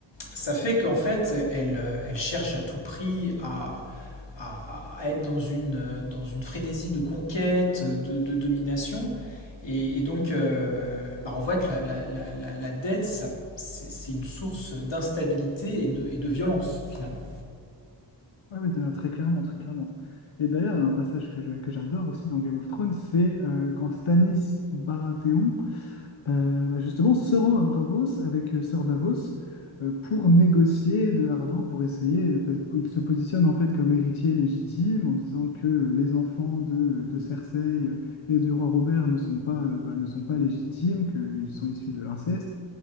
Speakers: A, on the left (about 65°); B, on the left (about 85°).
A: ça fait qu'en fait elle, euh, elle cherche à tout prix à, à, à être dans une, euh, dans une frénésie de conquête, de, de domination. Et, et donc, euh, bah, on voit que la, la, la, la dette, ça, c'est, c'est une source d'instabilité et de, et de violence, finalement.
B: Ouais, mais d'ailleurs, très clairement, très clairement. Et d'ailleurs, il y a un passage que je- que j'adore aussi dans Game of Thrones, c'est euh, quand Stannis Baratheon, euh, bah, justement, se rend à Bravos avec euh, Sir Davos euh, pour négocier de l'argent, pour essayer. euh, parce qu'il se positionne en fait comme héritier légitime en disant que euh, les enfants de, de Cersei et du roi Robert ne sont pas, euh, bah, ne sont pas légitimes, qu'ils sont issus de l'inceste.